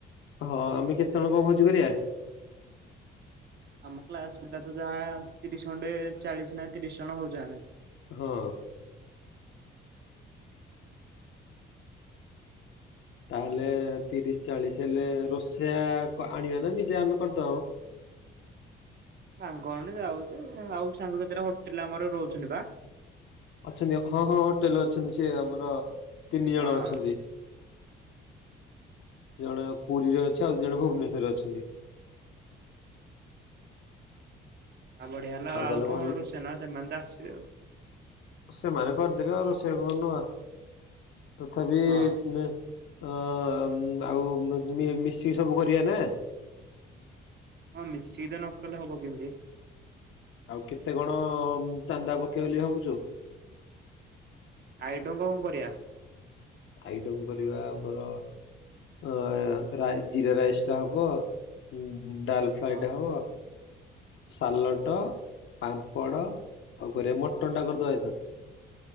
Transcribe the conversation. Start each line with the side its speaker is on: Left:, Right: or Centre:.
Left: ହଁ ଆମେ କେତେବେଳେ କଣ ଭୋଜି କରିବା?
Right: ଆମ କ୍ଲାସ ପିଲା ତ ଯାହା ତିରିଶ ଖଣ୍ଡେ ଚାଳିଶ ନା ତିରିଶ ଜଣ ହଉଛୁ ଆମେ।
Left: ହଁ। ତାହେଲେ ତିରିଶ ଚାଳିଶ ହେଲେ ରୋଷେଆ ଆଣିବା ନା ନିଜେ ଆମେ କରିଦବା ମ?
Right: ସାଙ୍ଗ ମାନେ ଯାଉଚୁ, ଆଉ ସାଙ୍ଗ କେତେଟା ହୋଟେଲ ରେ ଆମର ରହୁଛନ୍ତି ବା।
Left: ଅଛନ୍ତି। ହଁ ହଁ ହୋଟେଲ ରେ ଅଛନ୍ତି। ସେ ଆମର ତିନି ଜଣ
Right: ହଁ
Left: ଅଛନ୍ତି। ଜଣେ ପୁରୀରେ ଅଛି ଆଉ ଦି ଜଣ ଭୁବନେଶ୍ୱର ରେ ଅଛନ୍ତି।
Right: ଆଉ ବଢିଆ ହେଲା। ଆଉ
Left: ତାହେଲେ
Right: କଣ
Left: ଭଲ
Right: ରୋଷେନ ସେମାନେ ତ ଆସିବେ ଆଉ।
Left: ସେମାନେ କରିଦେବେ ଆଉ ରୋଷେଇ କଣ ନବା, ତଥାପି
Right: ହଁ
Left: ଅ ଆଉ ମି-ମିଶିକି ସବୁ କରିବା ନା?
Right: ହଁ ମିଶିକିରି ନ କଲେ ହବ କେମିତି?
Left: ଆଉ କେତେ କଣ ଚାନ୍ଦା ପକେଇ ବୋଲି ଭାବୁଛୁ?
Right: ଆଇଟମ୍ କଣ କରିବା?
Left: ଆଇଟମ କରିବା ଆମର ଅ ରାଇ-ଜିରାରାଇସ୍ ଟା ହବ। ହଁ ଡାଲ ଫ୍ରାଏ
Right: ହଁ
Left: ଟେ ହବ। ସାଲଟ, ପାମ୍ପଡ ଆଉ କରିବା ମଟନ ଟା କରିଦବା ଏଥର?